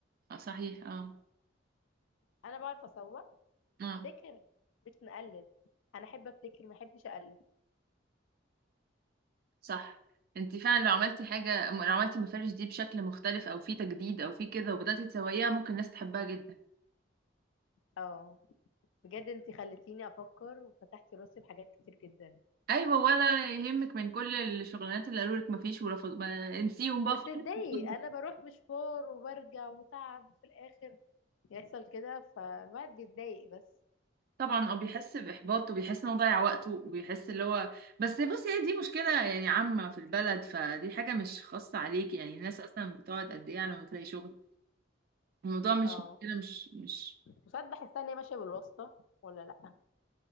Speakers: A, on the right (about 50°); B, on the left (about 80°).
A: آه صحيح اه
B: انا بعرف اسوق
A: اه
B: نبتكر مش نقلد انا احب ابتكر ما احبش اقلد
A: صح انت فعلا لو عملتي حاجة لو عملتي المفارش دي بشكل مختلف او في تجديد او في كده وبدأتي تسويها ممكن الناس تحبها جدا
B: اه بجد انت خلتيني افكر وفتحتي راسي بحاجات كتير جدا
A: ايوه ولا يهمك من كل الشغلانات اللي قالوا لك ما فيش ورفض ما انسيهم
B: بس
A: بقى خالص
B: اتضايق
A: <laughs>
B: انا بروح مشوار وبرجع وتعب في الاخر يحصل كده فالواحد بيتضايق بس
A: طبعا اه بيحس باحباط وبيحس ان هو ضيع وقته وبيحس اللي هو بس بصي هي دي مشكله يعني عامه في البلد فدي حاجه مش خاصه عليك يعني الناس اصلا بتقعد قد ايه على ما تلاقي شغل الموضوع مش
B: اه
A: مشكله مش مش
B: وساعات بحس ان هي ماشيه بالواسطه ولا لا